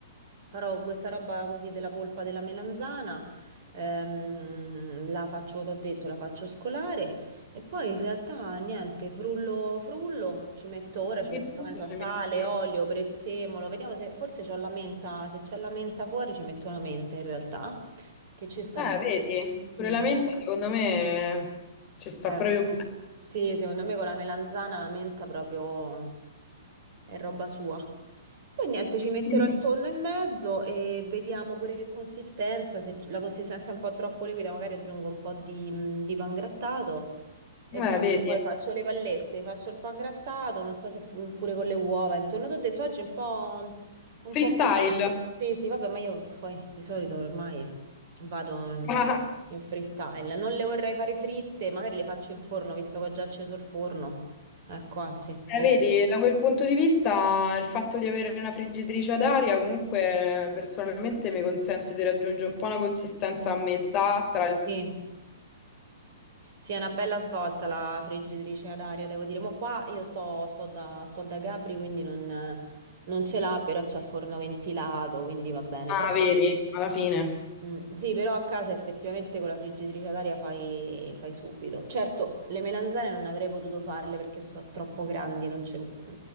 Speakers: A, on the right (about 45°); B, on the left (about 30°).
A: farò questa roba così della polpa della melanzana. Ehm, la faccio, t'ho detto, la faccio scolare e poi in realtà niente, frullo, frullo, ci metto ora,
B: Ogni
A: ci metterò,
B: tanto
A: che ne so,
B: ci
A: sale,
B: metti-
A: olio, prezzemolo, vediamo se forse c'ho la menta, se c'è la menta fuori ci metto la menta in realtà, che ci sta
B: Eh,
A: bene.
B: vedi, pure
A: Mm,
B: la menta secondo me ci sta
A: eh,
B: proprio
A: boh.
B: bene.
A: Sì, secondo me con la melanzana la menta proprio è roba sua. Poi niente,
B: <laughs>
A: ci metterò il tonno in mezzo e vediamo pure che consistenza, se la consistenza è un po' troppo liquida, magari aggiungo un po' di, mh, di pan grattato e
B: Eh,
A: boh,
B: vedi,
A: poi faccio le pallette, faccio il pan grattato, non so se f- mm, pure con le uova, intorno ti ho detto oggi è un po', un
B: freestyle.
A: po' così. Sì, sì, vabbè, ma io poi di solito ormai vado in
B: Ah,
A: in freestyle, non le vorrei fare fritte, magari le faccio in forno, visto che ho già acceso il forno. Ecco, anzi,
B: eh,
A: vedi.
B: vedi, da quel punto di vista il fatto di avere una friggitrice ad aria comunque personalmente mi consente di raggiungere un po' una consistenza a metà tra il...
A: Sì. Sì, è una bella svolta la friggitrice ad aria, devo dire. Ma qua io sto, sto da, sto da Gabri, quindi non, non ce l'ha, però c'ha il forno ventilato, quindi va bene.
B: Ah,
A: Però,
B: vedi, alla fine.
A: mm, sì, però a casa effettivamente con la friggitrice ad aria fai, fai subito. Certo, le melanzane non avrei potuto farle perché sono troppo grandi, non c'en-